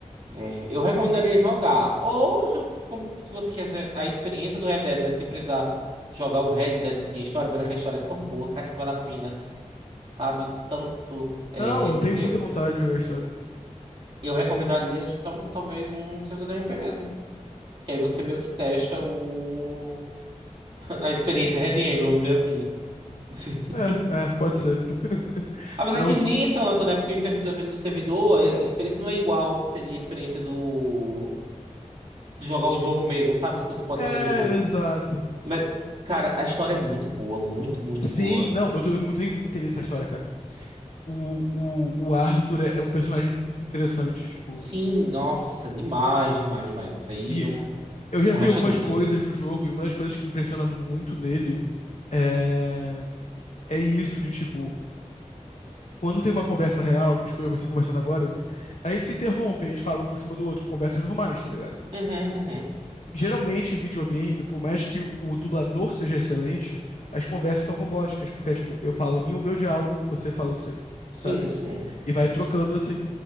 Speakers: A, on the right (about 40°); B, on the left (about 65°).
A: é, eu recomendaria jogar. Ou jo- como- se você quer a experiência do Red Dead, mas sem precisar jogar o Red Dead sem a história, apesar que a história é tão boa, cara, que vale a pena, sabe? Tanto. É,
B: Não, eu tenho
A: eu,
B: muita vontade de jogar a história.
A: Eu recomendaria, então, talvez um servidor de RP mesmo. Que aí você meio que testa o... <laughs> a experiência Red M, vamos dizer assim. <laughs>
B: É, é, pode ser. <laughs>
A: Apesar
B: Não.
A: que
B: s-
A: nem é tanto, né? Porque o servidor, dependendo do servidor, a a experiência não é igual ao que seria a experiência do... de jogar o jogo mesmo, sabe? O que você pode
B: É,
A: fazer no jogo.
B: exato.
A: Mas, cara, a história é muito boa, muito, muito
B: Sim,
A: boa.
B: não, eu tenho, mu- tenho muito interesse na história, cara. O, o, o Arthur é é um personagem muito interessante, tipo.
A: Sim, nossa, demais, demais, demais. Isso aí
B: E
A: não,
B: Eu já
A: não
B: vi
A: resta
B: algumas
A: dúvidas.
B: coisas do jogo e uma das coisas que me impressiona muito nele é, é isso de tipo, quando tem uma conversa real, tipo eu e você conversando agora, a gente se interrompe, a gente fala um por cima do outro, conversas normais, tá ligado?
A: Uhum, uhum.
B: Geralmente, em videogame, por mais que o, o dublador seja excelente, as conversas são robóticas, porque é tipo, eu falo o meu, o meu diálogo, você fala o seu,
A: Sim,
B: sabe?
A: sim.
B: E vai trocando assim.